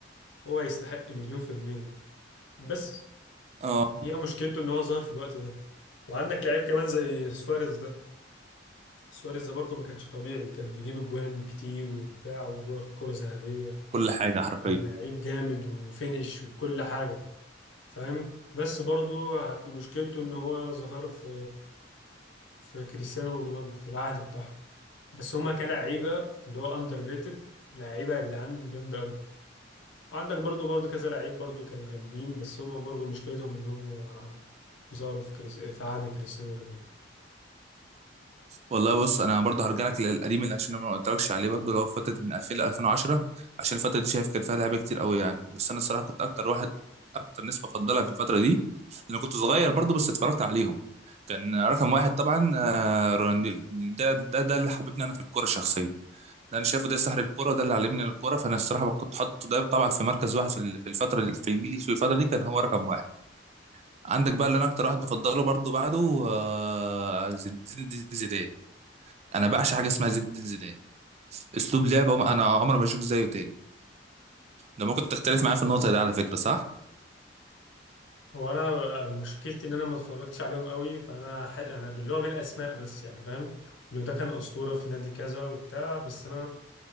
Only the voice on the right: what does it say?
اه
كل حاجة حرفيا
والله بص انا برضه هرجع لك للقديم اللي عشان أنا ما قلتلكش عليه برضه اللي هو فتره من 2000 ل 2010 عشان الفتره دي شايف كان فيها لعيبه كتير قوي يعني بس انا الصراحه كنت اكتر واحد اكتر ناس بفضلها في الفتره دي لان كنت صغير برضه بس اتفرجت عليهم كان رقم واحد طبعا آه، رونالدينيو ده ده ده اللي حببني انا في الكوره الشخصيه ده انا شايفه ده سحر الكوره وده اللي علمني الكوره فانا الصراحه كنت حاطه ده طبعا في مركز واحد في ال- في الفتره ال- في الجيل في الفتره دي كان هو رقم واحد عندك بقى اللي انا اكتر واحد بفضله برضه بعده آه، زين الدين زيدان انا بعشق حاجه اسمها زين الدين زيدان اسلوب لعبه وما- انا عمري ما اشوف زيه تاني ده ممكن تختلف معايا في النقطه دي على فكره صح